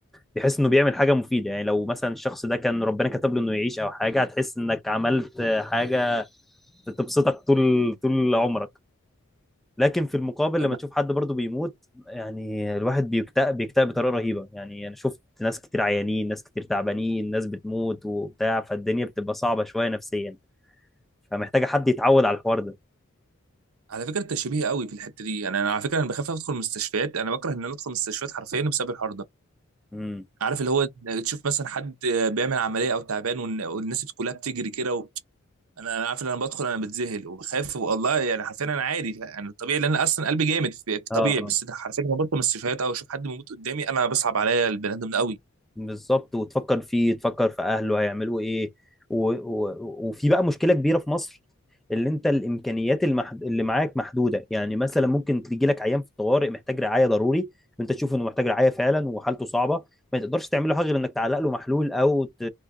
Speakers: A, in the centre; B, on the right (about 90°).
A: بحيث انه بيعمل حاجه مفيده يعني لو مثلا الشخص ده كان ربنا كتب له انه يعيش او حاجه هتحس انك عملت حاجه تبسطك طول طول عمرك لكن في المقابل
B: انا
A: لما تشوف حد برضه بيموت يعني الواحد بيكتئب بيكتئب بطريقه رهيبه يعني انا شفت ناس كتير عيانين ناس كتير تعبانين ناس بتموت وبتاع فالدنيا بتبقى صعبه شويه نفسيا فمحتاجه حد يتعود على الحوار ده
B: على فكره انت شبيه قوي في الحته دي يعني انا على فكره انا بخاف ادخل مستشفيات انا بكره ان انا ادخل مستشفيات حرفيا بسبب الحوار ده
A: امم
B: عارف اللي هو تشوف مثلا حد بيعمل عمليه او تعبان والن- والناس كلها بتجري كده و... انا عارف ان انا بدخل انا بتذهل وبخاف والله يعني حرفيا انا عادي يعني الطبيعي لان أنا اصلا قلبي جامد في في
A: اه
B: طبيعي
A: اه
B: بس أنا حرفيا لما بدخل من السيفيهات او اشوف حد بيموت قدامي انا بصعب عليا البني ادم ده قوي
A: بالظبط وتفكر فيه تفكر في اهله هيعملوا ايه و... و... وفي بقى مشكله كبيره في مصر اللي انت الامكانيات المحد... اللي معاك محدوده يعني مثلا ممكن تيجي لك عيان في الطوارئ محتاج رعايه ضروري وانت تشوف انه محتاج رعايه فعلا وحالته صعبه ما تقدرش تعمل له حاجه غير انك تعلق له محلول او ت...